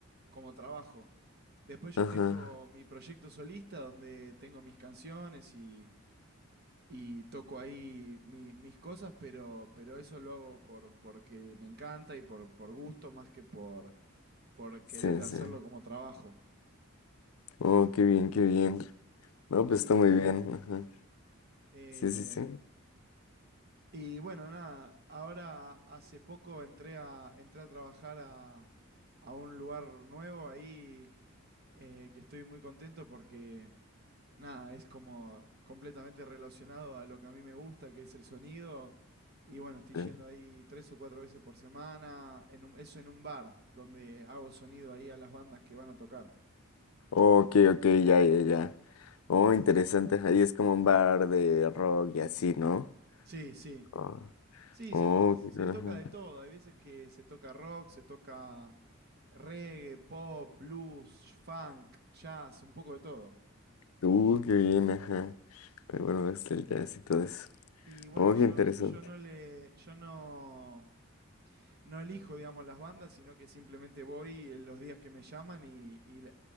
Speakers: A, on the right (about 50°); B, on the left (about 85°).
A: como trabajo. Después yo
B: Ajá.
A: tengo mi proyecto solista donde tengo mis canciones y y toco ahí mi- mis cosas, pero, pero eso lo hago por, porque me encanta y por, por gusto más que por, por querer
B: Sí,
A: hacerlo
B: sí.
A: como trabajo.
B: Oh, qué bien, qué bien. No, pues
A: Y,
B: está muy bien. Ajá.
A: eh,
B: Sí, sí, sí.
A: y bueno, nada, ahora hace poco entré a, entré a trabajar a, a un lugar nuevo ahí eh, que estoy muy contento porque nada, es como completamente relacionado a lo que a mí me gusta, que es el sonido. Y bueno, estoy
B: Sí.
A: yendo ahí tres o cuatro veces por semana. En un- eso en un bar, donde hago sonido ahí a las bandas que van a tocar.
B: Oh, ok, ok, ya, ya, ya. Oh, interesante. Ahí es como un bar de rock y así, ¿no?
A: Sí, sí.
B: Oh,
A: Sí,
B: oh,
A: se, se
B: qué, ajá.
A: toca de todo. Hay veces que se toca rock, se toca reggae, pop, blues, funk, jazz, un poco de todo.
B: Uh, qué bien, ajá. Pero bueno, hasta el jazz y todo eso.
A: Y bueno,
B: Oh,
A: yo,
B: qué interesante.
A: yo no le, yo no, no elijo, digamos, las bandas, sino que simplemente voy en los días que me llaman y, y